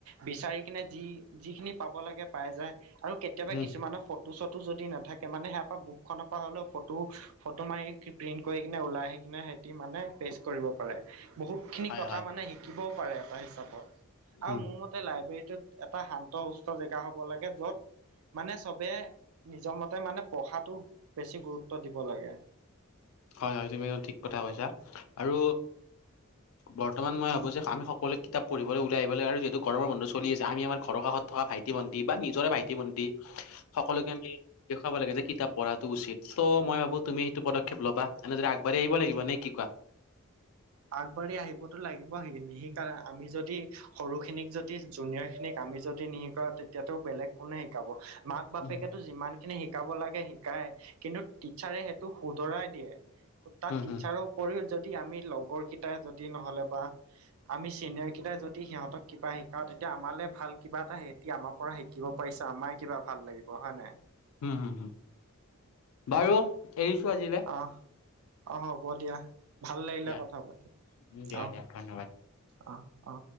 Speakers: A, on the right; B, on the left.
A: বিচাৰি কিনে যি যিখিনি পাব লাগে পাই যায় আৰু কেতিয়াবা
B: উম
A: কিছুমানৰ ফু, ফটো চটো যদি নাথাকে মানে সেয়াৰ পৰা বুকখনৰ পৰা হ'লেও ফটো ফটো মাৰি প্ৰিন্ট কৰি কিনে ওলাই আহি কিনে হে, মানে পেছ কৰিব পাৰে বহুত, খিনি
B: হয়
A: কথা
B: হয়
A: মানে শিকিবও পাৰে এটা হিচাপত আৰু
B: উম
A: মোৰ মতে, লাইব্ৰেৰীটোত এটা শান্ত সুস্থ জেগা হ'ব লাগে য'ত, মানে চবে নিজৰ মতে মানে পঢ়াটো বেছি গুৰুত্ব দিব লাগে।
B: হয় হয় তুমি একদম ঠিক কথা কৈছা, আৰু বৰ্তমান মই ভাবো যে আমি সকলে কিতাপ পঢ়িবলৈ উলাই আহিব লাগে, আৰু যিহেতু বন্ধ গৰমৰ বন্ধ চলি আছে আমি আমৰ ঘৰৰ কষত, থকা ভাইটি ভণ্টি বা নিজৰে ভাইটি ভন্টি সকলোকে আমি, দেখুৱাব লাগে, যে কিতাপ পঢ়াটো উচিত ত মই ভাবো তুমি সেইটো পদ ক্ষেপ লবা, এনেদৰে আগবাহি আহিব লাগিব নে কি কোৱা?
A: আগবাঢ়ি আহিবতো লাগিব সিনিক আমি যদি সৰু খিনিক যদি জুনিয়ৰ খিনিক আমি যদি নি, আ তেতিয়া টো বেলেগ কোনে শিকাব। মাক বাপেকেতো
B: উম
A: যিমান খিনি শিকাব লাগে শিকায় কিন্তু টিচাৰে, টো শুধৰাই দিয়ে সোতাত
B: হম
A: টিচাৰৰ
B: হম
A: উপৰিও যদি আমি লগ, সৰু কেইটাই যদি নহলে বা আমি চিনিয়ৰ কেইটাই যদি, দি সিহঁতক কিবা শিকাওঁ তেতিয়া আমালেই ভাল কিবা এটা সিহঁতি আমাৰ পৰা শিকিব পাৰিছে আমাৰে কিবা ভাল লাগিব। পঢ়া নাই?
B: হম হুম হুম বাৰু এৰিছো আজিলে।
A: অহ অহ হ'ব দিয়া ভাল লাগিলে
B: দিয়া
A: কথা পাতি
B: উম, দিয়া
A: অহ,
B: দিয়া ধন্যবাদ
A: অ অ।